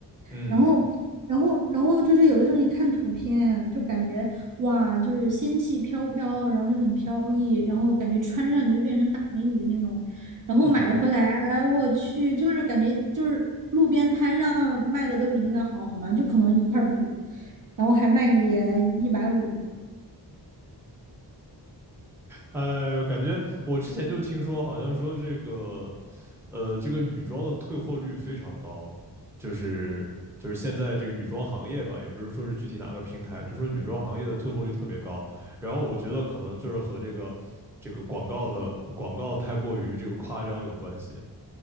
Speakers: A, in the centre; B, on the right.
A: 嗯
B: 然后，然后，然后就是有的时候你看图片，就感觉哇，就是仙气飘飘，然后就很飘逸，然后感觉穿上你就变成大美女的那种，然后买回来，
A: 啊，
B: 我去，就是感觉就是路边摊上卖的都比那个好，好吗？就可能一块布，然后还卖你一百五，
A: 哎呦，感觉我之前就听说，好像说这个，呃，这个女装的退货率非常高，就是就是现在这个女装行业吧，也不是说是具体哪个平台，就说女装行业的退货率特别高。然后我觉得可能就是和这个这个广告的广告太过于这个夸张有关系，